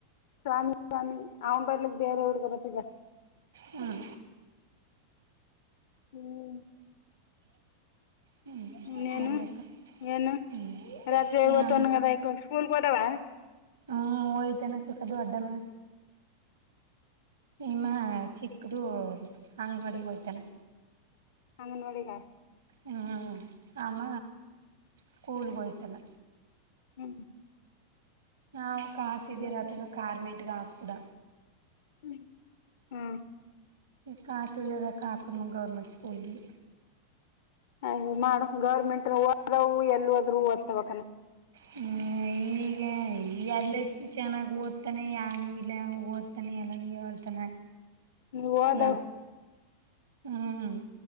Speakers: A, on the left; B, on the right.
A: ಸ್ವಾಮಿ ಸ್ವಾಮಿ ಅವ್ ಬದಲಿಗೆ ಬೇರೆ ಹುಡುಗ ಬರ್ತ್ತಿದ
B: ಹ್ಮ್
A: ಹ್ಮ್
B: ಹ್ಮ್
A: ಇನ್ನೇನು
B: ಹ್ಞೂನಕ್ಕ
A: ಏನು
B: ಹ್ಞೂ
A: ರಜೆ
B: ಯಾನ್
A: ತ್ತುನ್ಗ ತ ಸ್ಕೂಲ್ಗೆ ಹೋದಾವ
B: ಹ್ಮ್ ಒಯ್ತನ ಕ್ಕ ಕದು ದೊಡ್ಡನ ನಿಮ್ಮ ಚಿಕ್ಕದು ಅಂಗವಾಡಿಗೆ ಹೋಯ್ತಾನೆ
A: ಅಂಗನವಾಡಿಗ
B: ಹ್ಮ್ ಆಮ ಸ್ಕೂಲ್ಗ ಹೋಯಿತನ
A: ಹ್ಮ
B: ನಾವು ಕಾಸಿದ್ದೀರ
A: ಜ್ಯೋತಿ
B: ಅತ್ಲಾಗ ಕ ಕಾರ್ಮೆಂಟ್ಗ ಹಾಕಕ್ಬಿಡ
A: ಹ್ಮ ಹ್ಮ್
B: ಕಾಸಿಲ್ದಲ್ದಕ ಹಾಕದ್ವ ಗೌರ್ಮೆಂಟ್ ಸ್ಸ್ಕೂಲ್ಗೆ
A: ಹ ಮಾಡ ಗೌರ್ಮೆಂಟ್ ಓದವು ಎಲ್ಲಿ ಹೋದ್ರು ಓದ್ತ ಕನ
B: ಹ ಈಗ ಈಗ ಅಲ್ಲ ಚೆನ್ನಾಗಿ ಓದ್ತಾನೆ ಯನೂ ನೀವು ಇಲ್ಲ ಓದ್ ತನ ಎಲ್ಲಾ ನೀವ ಅಂತನ
A: ನೀವು ಓದವು
B: ಯಾನಹ್ಮ್